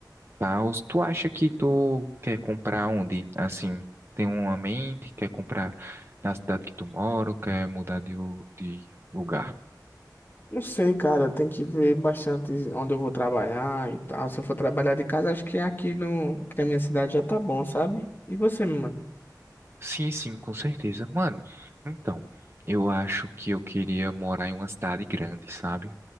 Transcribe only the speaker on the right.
tal. Tu acha que tu quer comprar onde? Assim, tem uma mente, quer comprar na cidade que tu mora, ou quer mudar de, o- de lugar?
Sim, sim, com certeza, mano. Então, eu acho que eu queria morar em uma cidade grande, sabe?